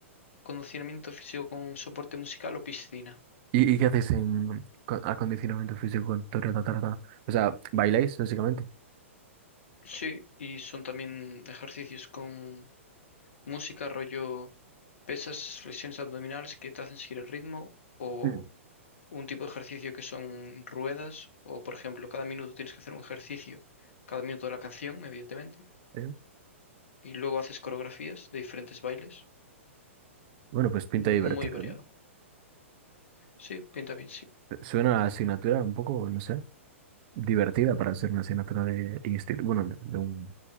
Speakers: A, on the left (about 65°); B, on the right (about 45°).
A: condicionamiento físico con soporte musical o piscina.
B: ¿Y, y qué hacéis en co- acondicionamiento físico con Torre la Tarda? O sea, ¿bailáis básicamente?
A: Sí, y son también ejercicios con música, rollo pesas, flexiones abdominales que te hacen seguir el ritmo o
B: Mm.
A: un tipo de ejercicio que son ruedas o, por ejemplo, cada minuto tienes que hacer un ejercicio, cada minuto de la canción, evidentemente,
B: Sí.
A: y luego haces coreografías de diferentes bailes,
B: Bueno, pues pinta
A: muy
B: divertido,
A: variado.
B: ¿no?
A: Sí, pinta bien, sí.
B: Suena a asignatura un poco, no sé, divertida para ser una asignatura de instituto, bueno, de de un,